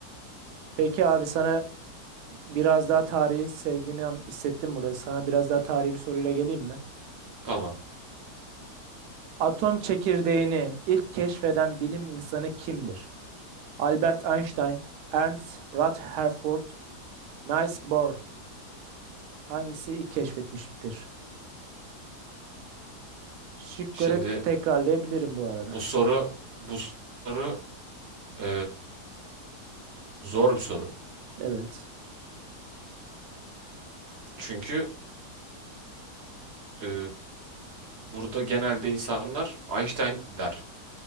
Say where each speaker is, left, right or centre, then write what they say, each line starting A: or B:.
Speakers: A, on the right (about 80°); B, on the right (about 60°).
A: Peki abi sana biraz daha tarihi sevdiğini an- hissettim burada. Sana biraz daha tarihi bir soruyla geleyim mi?
B: Tamam.
A: Atom çekirdeğini ilk keşfeden bilim insanı kimdir? Albert Einstein, Ernst Rutherford, Niels Bohr hangisi ilk keşfetmiştir? Şıkları
B: Şimdi
A: tekrarlayabilirim bu arada.
B: bu soru bu soru e, zor bir soru.
A: Evet,
B: Çünkü e, burada genelde insanlar Einstein der.